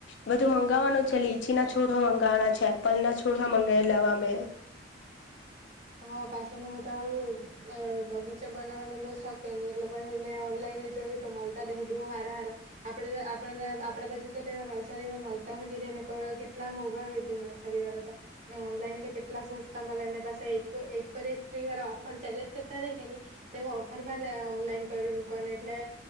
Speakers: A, on the left; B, on the right.
A: બધું મંગાવવાનું છે લીચીના છોડ હો મંગાવવાના છે. એપલ ના છોડ હો મંગાઈ લેવા મે. <inaudible>
B: હ પાસુ મને તો આવું અ બગીચા બનાવવાનું બો શોક કે ની એટલે પહી મેં ઓનલાઈન જ એ જ તો મલતા દેહું બો હારા-હારા આપડે આપડે આપડે બાજુ તો તેવા નર્સરીમાં મલતા હો ની રેને. ઘરે કેટલા મોંઘા વેચે નર્સરીવાલા તો ને ઓનલાઈન તો કેટલા સસ્તા મલે એને પાસા તાં એક પર એક પર ફ્રી વાળા ઓફર ચાલીયા જ કરતા રહે કે ની તેવો ઓફરમાં લે ઓનલાઈન કરી મુકવાનું. એટલે